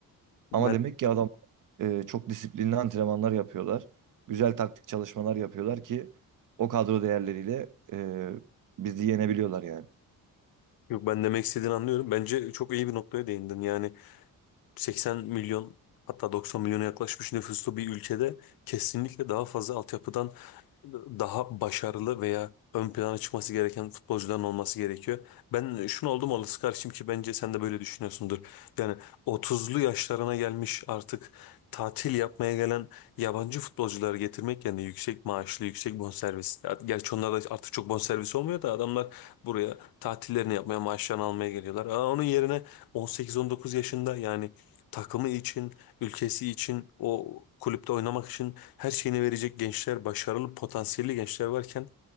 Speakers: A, on the left; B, on the right.
A: Ben
B: Ama demek ki adam e, çok disiplinli antrenmanlar yapıyorlar. Güzel taktik çalışmalar yapıyorlar ki o kadro değerleriyle e, bizi yenebiliyorlar yani.
A: yok ben demek istediğini anlıyorum. Bence çok iyi bir noktaya değindin. Yani 80 milyon hatta 90 milyona yaklaşmış nüfuslu bir ülkede kesinlikle daha fazla altyapıdan daha başarılı veya ön plana çıkması gereken futbolcuların olması gerekiyor. Ben şunu oldum olası karşıyım ki bence sen de böyle düşünüyorsundur. Yani 30'lu yaşlarına gelmiş artık tatil yapmaya gelen yabancı futbolcuları getirmek yani yüksek maaşlı, yüksek bonservis. Ya Gerçi onlar da artık çok bonservis olmuyor da adamlar buraya tatillerini yapmaya, maaşlarını almaya geliyorlar. Aa, onun yerine 18-19 yaşında yani takımı için, ülkesi için, o kulüpte oynamak için her şeyini verecek gençler, başarılı, potansiyelli gençler varken